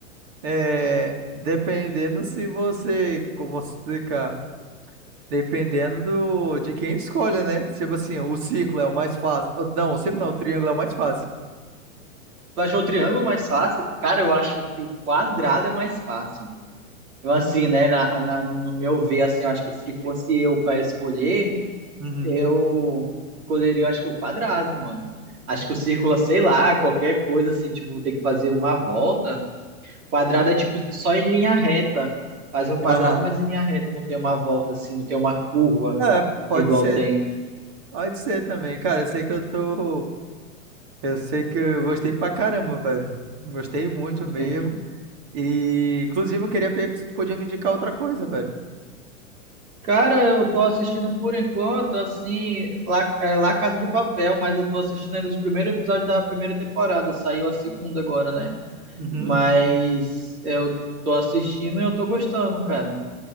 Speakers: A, on the right; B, on the right.
A: é, dependendo se você, como que eu posso explicar? Dependendo do, de quem escolhe, né? Tipo assim, o círculo é o mais fácil. Ou Não, o círculo não, o triângulo é o mais fácil.
B: Tu achou o triângulo mais fácil? Cara, eu acho que o quadrado é mais fácil. Eu, assim, né, na, na- no meu ver, assim, eu acho que se fosse eu para escolher,
A: Uhum.
B: eu escolheria, eu acho que o quadrado, mano. Acho que o círculo, sei lá, qualquer coisa, assim, tipo, tem que fazer uma volta. Quadrado é, tipo, só em linha reta. Faz um quadrado,
A: Aham.
B: mas em linha reta, não tem uma volta, assim, não tem uma curva
A: É, pode
B: igual
A: ser,
B: tem.
A: pode ser também. Cara, eu sei que eu tô. Eu sei que eu gostei pra caramba, velho. Gostei muito mesmo.
B: Tem-
A: E, inclusive, eu queria ver se tu podia me indicar outra coisa, velho.
B: Cara, eu tô assistindo por enquanto, assim, lá, é, lá Casa de Papel, mas eu tô assistindo ainda os primeiros episódios da primeira temporada. Saiu a segunda agora, né?
A: Uhum.
B: Mas eu tô assistindo e eu tô gostando, cara.